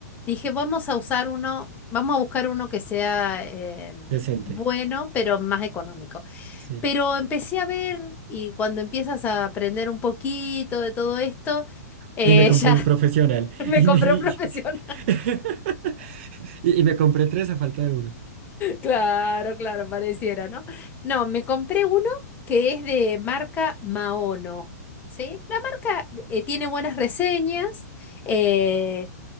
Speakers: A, on the left; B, on the right.
A: dije, vamos a usar uno, vamos a buscar uno que sea eh,
B: decente.
A: bueno, pero más económico.
B: Sí.
A: Pero empecé a ver y cuando empiezas a aprender un poquito de todo esto, eh,
B: Y me compré
A: <laughs> ya
B: un profesional. <laughs>
A: me
B: Y
A: compré
B: me, y,
A: un profesional.
B: <laughs> y y me compré tres a falta de uno.
A: Claro, claro, pareciera, ¿no? No, me compré uno que es de marca Maono, ¿sí? La marca eh, tiene buenas reseñas, eh,